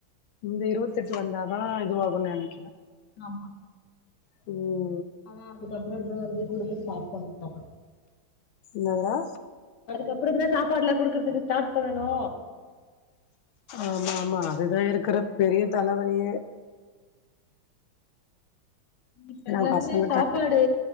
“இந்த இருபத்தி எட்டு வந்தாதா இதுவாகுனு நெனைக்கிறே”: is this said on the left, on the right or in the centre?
Left